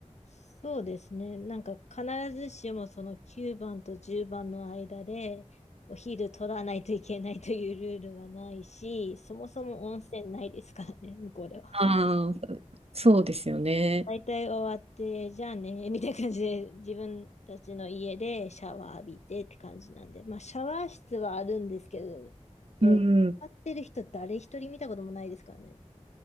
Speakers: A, on the left (about 65°); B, on the right (about 55°).
A: そうですね。なんか必ずしもその9番と10番の間でお昼取らないといけないというルールはないし、そもそも温泉ないですからね、向こうでは。
B: ああー、そうですよね。
A: 大体終わって、じゃあね、みたいな感じで自分たちの家でシャワー浴びてって感じなんで、まあシャワー室はあるんですけど、どう使ってる人誰一人見たこともないですからね。
B: うん。